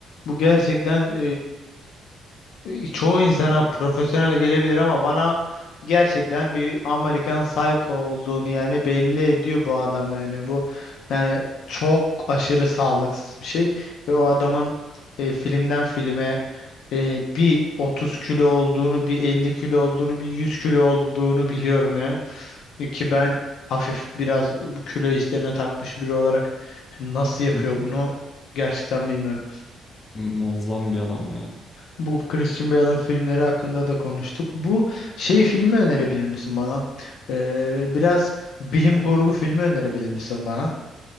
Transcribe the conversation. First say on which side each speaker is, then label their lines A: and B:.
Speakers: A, on the left; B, on the left.
A: bu gerçekten e, çoğu insana profesyonel gelebilir ama bana gerçekten bir Amerikan Psycho olduğunu yani belli ediyor bu adam yani bu yani çok aşırı sağlıksız bir şey ve o adamın e, filmden filme e, bir 30 kilo olduğunu, bir 50 kilo olduğunu, bir 100 kilo olduğunu biliyorum yani. E, Ki ben hafif biraz bu kilo işlerine takmış biri olarak nasıl yapıyor
B: <laughs>
A: bunu gerçekten bilmiyorum.
B: Muazzam bir adam ya.
A: Bu Christian Bale'ın filmleri hakkında da konuştuk. Bu şey filmi önerebilir misin bana? Ee, biraz bilim kurgu filmi önerebilir misin bana?